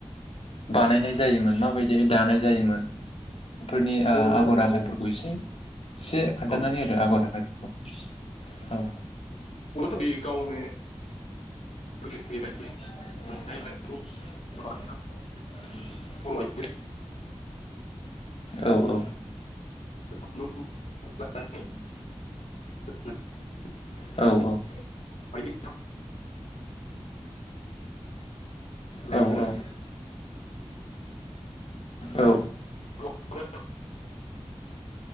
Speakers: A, on the left (about 65°); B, on the left (about 80°).
A: बानायनाय जायोमोन माबायदि दानाय जायोमोन फोरनि
B: बर'फोराथ'
A: आगर आखाइफोरखौ
B: बुं
A: एसे एसे खोन्थानानै
B: औ
A: होदो आगर आखाइफोरखौ औ
B: <unintelligible> गोदोनिफ्रायनो
A: <unintelligible>
B: दानाय लुनायखौ बर' आइजो
A: औ औ
B: <unintelligible> <unintelligible> <unintelligible>
A: औ औ
B: बायदि लायोमोन
A: औ औ औ
B: हौवाफोरा